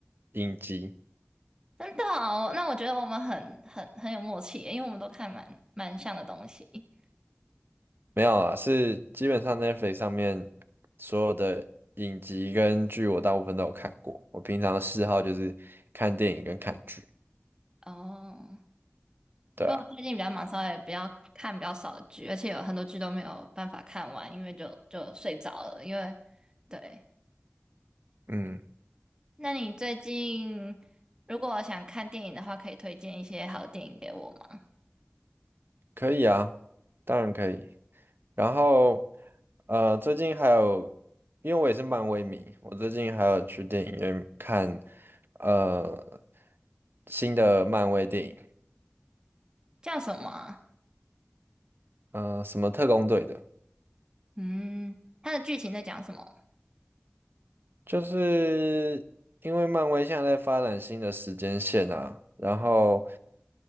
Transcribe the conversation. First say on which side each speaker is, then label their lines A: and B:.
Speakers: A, on the right (about 55°); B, on the right (about 20°).
A: 影集，
B: 真的哦，那我觉得我们很很很有默契耶因为我们都看蛮蛮像的东西。
A: 没有啊，是基本上 Netflix 上面所有的影集跟剧我大部分都有看过。我平常的嗜好就是看电影跟看剧，
B: 哦，
A: 对啊，
B: 因为我最近比较忙，稍微比较看比较少的剧，而且有很多剧都没有办法看完，因为就就睡着了。因为对，
A: 嗯，
B: 那你最近如果想看电影的话，可以推荐一些好的电影给我吗？
A: 可以啊，当然可以。然后，呃，最近还有，因为我也是漫威迷，我最近还有去电影院看，呃，新的漫威电影，
B: 叫什么啊
A: 呃，什么特工队的，
B: 嗯，它的剧情在讲什么？
A: 就是因为漫威现在在发展新的时间线啊，然后，